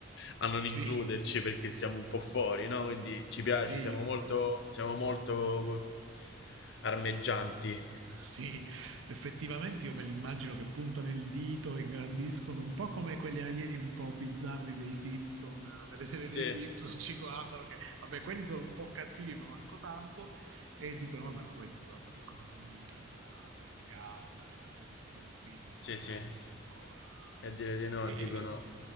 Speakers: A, on the left; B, on the right.
A: a non
B: Sì,
A: includerci perché siamo un po' fuori, no? Quindi ci piace,
B: sì,
A: siamo molto, siamo molto armeggianti. <laughs>
B: sì, effettivamente io me li immagino che puntano il dito e ingrandiscono un po' come quegli alieni un po' bizzarri dei Simpson, eh, delle serie
A: Sì,
B: dei Simpson, ci guardano che vabbè quelli sono un po' cattivi ma manco tanto e dicono vabbè ma questi guarda che cosa combinano, la Gaza e tutte queste cose qui non sono
A: sì, sì.
B: pronti
A: E
B: ancora
A: a dire di no,
B: E, e-
A: dicono.
B: e-